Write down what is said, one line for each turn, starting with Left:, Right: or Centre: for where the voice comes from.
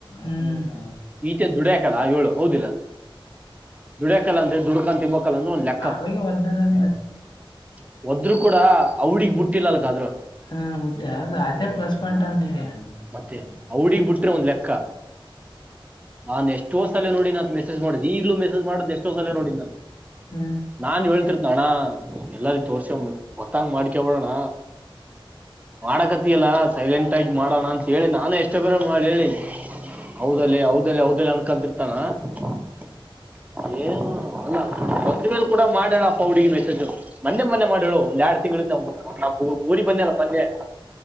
Left: ಹ್ಮ್.
Right: ಈಚನ್ ದುಡ ಹಾಕಲ್ಲ ಹೇಳು ಹೌದಿಲ್ಲಾ <inaudible> ದುಡ್ಯಾಕಲ್ಲ ಅಂದ್ರೆ ದುಡ್ಕನ್ ತಿಂಬಕಲ್ಲ ಅಂದ್ರೆ ಒಂದ್ ಲೆಕ್ಕಪ್ಪ
Left: ಅವಾಗ ಒದ್ದಾರ
Right: <inaudible>
Left: ಯಾವ ಊರಿಗೆ ಹೋಗ್ತಾರ
Right: ಒದರು ಕೂಡ ಅವಡಗ್ ಬಿಟ್ಟಿಲ್ಲ ಅಲ್ಕಾದ್ರು <inaudible>
Left: ಹಾ ಊಟ್ಟೆ ಅ ಅದೇ ಪ್ಲಸ್ ಪಾಯಿಂಟ್ ಅವನಿಗೆ <inaudible>
Right: ಮತ್ತೆ
Left: ಬತ್ ನೀ
Right: ಅವಡಿಗ್
Left: ಆಜ
Right: ಬಿಟ್ರೆ
Left: ದಿನ ಬತ್ನ
Right: ಒಂದ್ ಲೆಕ್ಕ
Left: <inaudible>
Right: ನಾನ್ ಎಷ್ಟೋ ಸಲನೋ <inaudible> ಂತ ಮೆಸೇಜ್ ಮಾಡುದು ಈಗ್ಲೂ ಮೆಸೇಜ್ ಮಾಡ್ ಎಷ್ಟೋ ಸಲ ನೋಡ ನಂತ
Left: ಹ್ಮ್
Right: ನಾನ್ ಹೇಳ್ತಿರ್ <inaudible> ಎಲ್ಲಾರೂ ತೋರ್ಸ <inaudible> ಗೊತ್ತಂಗ ಮಾಡ್ಕಬಡೋಣ ಮಾಡಕತ್ತಿಯಲ್ಲ ಸೈಲೆಂಟ್ ಆಗಿ ಮಾಡೋಣ ಅಂತ <inaudible> ಹೇಳಿ ನಾನೇ ಎಷ್ಟು ಬೇರ ಮಾಡಿ ಹೇಳನಿ ಹೌದಲ್ಲಿ ಅವದಲ್ಲಿ ಅವ್ದಲ್ಲ ಅನ್ಕಂತಿರ್ತ <inaudible> ಏನು ಅಲ್ಲ ಮತ್ತ ಮೇಲ್ ಕೂಡ ಮಾಡ್ಯಾಪ್ಪ <inaudible> ಹೌಡ್ಿಗೆ ಮೆಸೇಜು ಮೊನ್ನೆ ಮೊೆ ಮಾಡ ಹೇಳಳು ಒಂದ್ ಎರಡ್ ತಿಂಗಳಿಂದ ನಾ ಪಊರಿ ಬನ್ನ ಅಲ್ಲ ಮೊನ್ನೆ